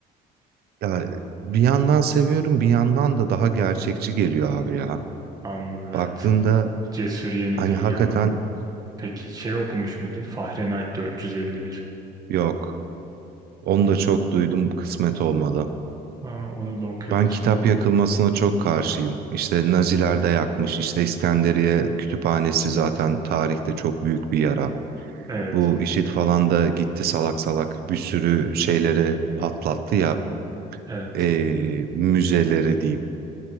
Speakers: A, on the right; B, on the right.
A: Ya bir yandan seviyorum, bir yandan da daha gerçekçi geliyor abi ya.
B: <laughs> Anladım evet.
A: Baktığında
B: Cesur Yeni
A: hani
B: Dünya.
A: hakikaten
B: Peki şey okumuş muydun? Fahrenheit 451.
A: yok. Onu da çok duydum, kısmet olmadı.
B: Ha, onu da okuyabilirsin
A: Ben kitap
B: o da
A: yakılmasına
B: güzel.
A: çok karşıyım. İşte Naziler de yakmış. İşte İskenderiye kütüphanesi zaten tarihte çok büyük bir yara.
B: Evet
A: Bu
B: evet.
A: IŞİD falan da gitti salak salak bir sürü şeyleri patlattı ya
B: Evet.
A: eee, müzeleri diyeyim.